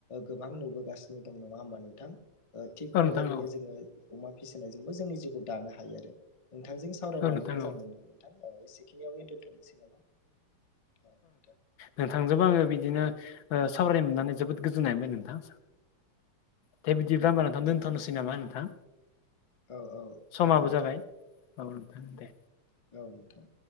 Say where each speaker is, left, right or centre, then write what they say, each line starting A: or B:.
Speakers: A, on the left; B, on the left.
A: गोबां नुबोगासिनो दं नंङा होनबा नोंथां? थिग
B: औ
A: बेबायदिनो
B: नोंथां औ
A: जोंयो अमा फिसि नायजोंबो जोंनि जिउखौ दानो हायो आरो नोंथांजों सावरायनानै
B: औ नोंथां
A: मोजां
B: औ
A: मोनदों नोंथां। औ एसेखिनियावनो दोनथ'नोसै नामा? औ दे।
B: नोंथांजोंबो आङो बिदिनो ओ सावराय मोननानै जोबोद गोजोननाय मोनबाय नोंथां। दे बिदिब्ला
A: औ
B: होनब्ला नोंथां दोनथ'नोसै नामा नोंथां?
A: औ औ
B: समाबो
A: औ नोंथां।
B: जाबाय औ नोंथा दे।
A: औ नोंथां।